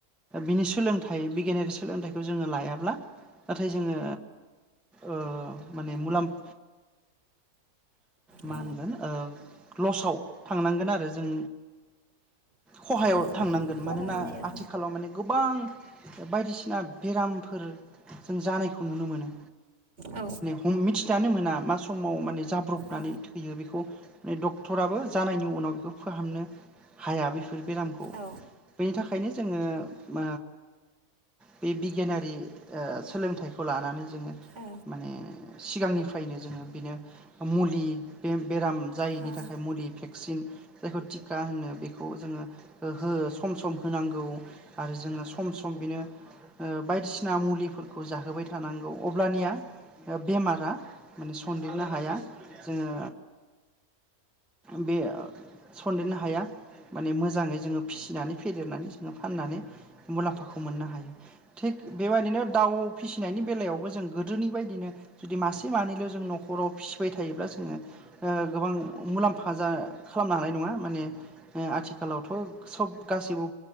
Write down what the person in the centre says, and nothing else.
बिनि सोलोंथाइ बिगियानारि सोलोंथाइखौ जोङो लायाब्ला नाथाय जोङो ओ माने मुलाम्फ मा
होनगोन ओ लसाव थांनांगोन आरो जों खहायाव
थांनांगोन
मानोना
आथिखालाव माने गोबां बायदिसिना बेरामफोर जों जानायखौ नुनो मोनो।
हम मिथि जानो मोना मा समाव माने जाब्रबनानै
थैयो बेखौ माने डक्टराबो जानायनि उनाव बेखौ फाहामनो हाया बे फोर बेरामखौ
बेनि थाखायनो जोङो ओ बे बिगियानारि ओ सोलोंथाइखौ लानानै जोङो
माने सिगांनिफ्रायनो जोङो बिनो मुलि बेम-बेराम जायिनि
थाखाय
मुलि भे कसिन जायखौ टिका होनो बेखौ खौ जोंङो ओ हो सम सम होनांगौ आरो जोङो सम सम बिनो ओ बायदिसि ना‌ मुलिफोरखौ जाहोबाय थानांगौ अब्लानिया ओ बेमारा माने सन्देरनो हाया। जोङो बेओ सन्देरनो हाया माने मोजाङै जोङो फिसिनानै फेदेरनानै जोङो फाननानै मुलाम्फाखौ मोननो हायो थिग बेबायदिनो दाउ फिसिनायनि बेलायावबो जों गोदोनि बायदिनो जुदि मासे मानैल' जों न'खराव फिसिबाय थायोब्ला जोङो ओ गोबां मुलाम्फा जा खालामनो हानाय नङा माने ओ आथिखालावथ' सब गासैबो